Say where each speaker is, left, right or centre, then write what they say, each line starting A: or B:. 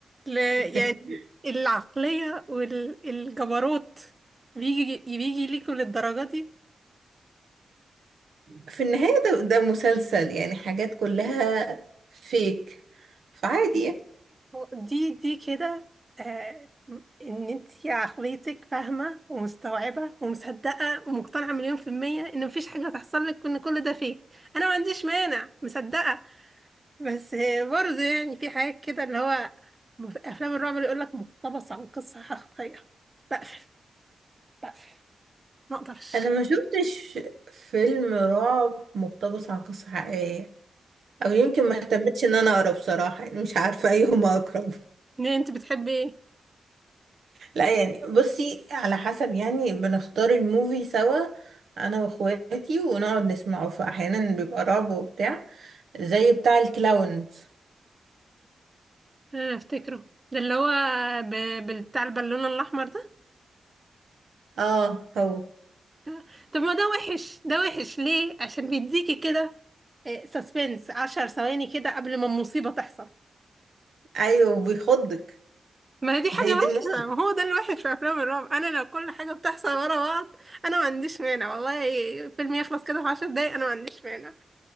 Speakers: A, on the right; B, on the right.
A: ل...
B: <laughs>
A: يعني العقلية والجبروت بيجي بيجي ليكوا للدرجة دي
B: في النهاية ده, ده مسلسل يعني حاجات كلها فيك فعادي يعني.
A: دي دي كده آه ان انت عقليتك فاهمة ومستوعبة ومصدقة ومقتنعة مليون في المية ان مفيش حاجة هتحصل لك ان كل ده فيه انا ما عنديش مانع مصدقة بس آه، برضه يعني في حاجات كده اللي هو مف- افلام الرعب اللي يقول لك مقتبس عن قصة حقيقية بقفل بقفل ما اقدرش
B: انا ما شفتش فيلم رعب مقتبس عن قصة حقيقية او يمكن ما اهتمتش ان انا اقرا بصراحة يعني مش عارفة ايهما اقرب
A: ده انت بتحبي ايه
B: لا يعني بصي على حسب يعني بنختار الموفي سوا انا واخواتي ونقعد نسمعه فاحيانا بيبقى رعب وبتاع زي بتاع الكلاونز
A: انا افتكره ده اللي هو ب... بال- بتاع البالونه الاحمر ده
B: اه هو
A: لا. طب ما ده وحش ده وحش ليه عشان بيديكي كده سسبنس عشر ثواني كده قبل ما المصيبه تحصل
B: ايوه بيخضك
A: ما هي دي حاجه
B: هي دي
A: وحشه
B: الموت
A: ما هو ده الوحش في افلام الرعب انا لو كل حاجه بتحصل ورا بعض انا ما عنديش مانع والله فيلم يخلص كده في عشر دقايق انا ما عنديش مانع